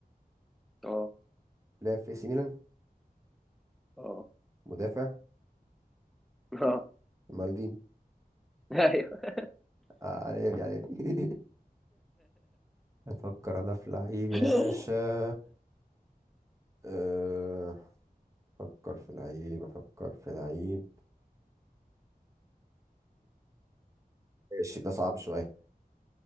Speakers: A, in the centre; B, on the right.
A: اه
B: لعب في سي ميلان
A: اه
B: مدافع
A: <laughs>
B: مالدين
A: اه
B: على دي على دي <laughs> افكر انا في لعيب يا
A: ايوه
B: باشا آه، افكر في لعيب افكر في لعيب ماشي ده صعب شوية